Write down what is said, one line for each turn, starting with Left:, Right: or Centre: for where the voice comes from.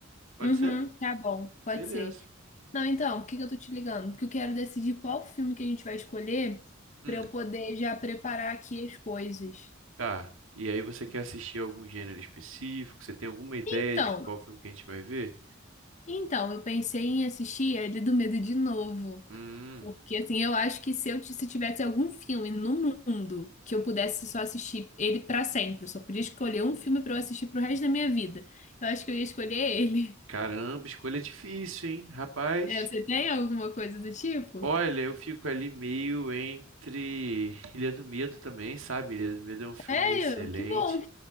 Right: Pode
Left: Uhum,
Right: ser?
Left: tá bom, pode
Right: Beleza.
Left: ser. Não, então, por que que eu tô te ligando? Porque eu quero decidir qual filme que a gente vai escolher
Right: Hum,
Left: pra eu poder já preparar aqui as coisas.
Right: tá. E aí você quer assistir algum gênero específico? Você tem alguma ideia
Left: Então,
Right: de qual filme que a gente vai ver?
Left: então, eu pensei em assistir ele do Medo de novo.
Right: Hum,
Left: Porque, assim, eu acho que se eu ti- se tivesse algum filme no mundo que eu pudesse só assistir ele pra sempre, eu só podia escolher um filme pra eu assistir pro resto da minha vida, eu acho que eu ia escolher ele. <laughs>
Right: caramba, escolha difícil, hein? Rapaz.
Left: É, você tem alguma coisa do tipo?
Right: Olha, eu fico ali meio entre Ilha do Medo também, sabe? Ilha do Medo é um filme
Left: É,
Right: excelente.
Left: eu, que bom.